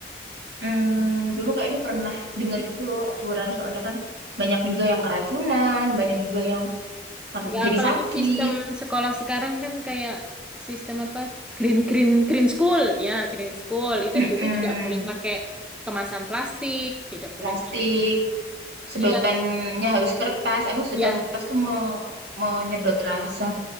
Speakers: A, on the right; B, in the centre.
A: hmm, Dulu kayaknya pernah dengar gitu loh aturan soalnya kan banyak juga yang keracunan, banyak juga yang kar-
B: Ya,
A: jadi
B: apalagi
A: sakit.
B: sistem sekolah sekarang kan kayak sistem apa? Green green green school, ya green school. Itu
A: mm-mm,
B: jadi tidak boleh pakai kemasan plastik, tidak boleh
A: plastik,
B: pakai
A: sedotannya
B: Iya,
A: harus kertas. Aduh, sedotan
B: iya
A: kertas tuh me- menyedot rasa.